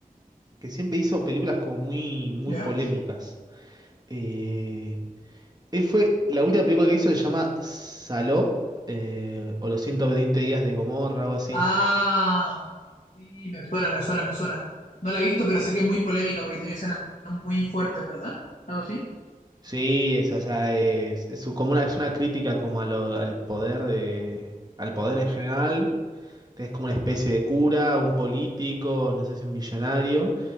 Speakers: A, on the right; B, on the left.
A: que siempre hizo películas como muy, muy
B: ¿Ya?
A: polémicas. Eh, él fue, la última película que hizo se llama Saló, eh, o Los ciento veinte días de Gomorra, algo así.
B: Ah, sí, me suena, me suena, me suena. No la he visto, pero sé que es muy polémica porque tiene escenas muy fuertes, ¿verdad? ¿Algo así?
A: Sí, es, o sea, es, es un- como una, es una crítica como a lo- al poder de, al poder en general. Es como una especie de cura, un político, no sé si un millonario,